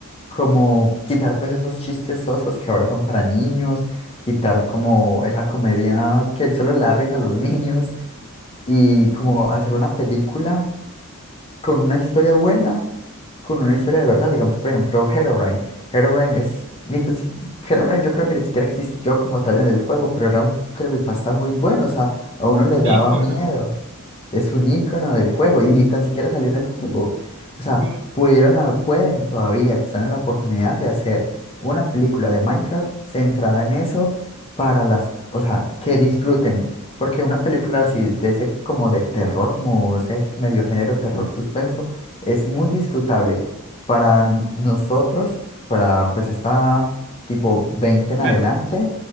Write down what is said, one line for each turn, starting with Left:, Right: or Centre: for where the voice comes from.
Left: como quitar, pues, esos chistes sosos que ahora son para niños, quitar como esa comedia que solo le da risa a los <laughs> niños y como hacer una película con una historia buena, con una historia de verdad. Digamos, por ejemplo, Herobrine. Herobrine es. ni tan si- Herobrine yo creo que ni siquiera existió como tal en el juego, pero era un creepypasta muy bueno. O sea, a uno le
Right: Un
Left: daba
Right: icono,
Left: miedo. Es un icono del juego y ni tan siquiera salió en el juego. O sea,
Right: ¿no?
Left: pudieron, ha- pueden todavía, están en la oportunidad de hacer una película de Minecraft centrada en eso para las, o sea, que disfruten. Porque una película así de ese como de terror, como ese medio género terror suspenso, es muy disfrutable para n- nosotros, para pues esta tipo 20 en
Right: Pero
Left: adelante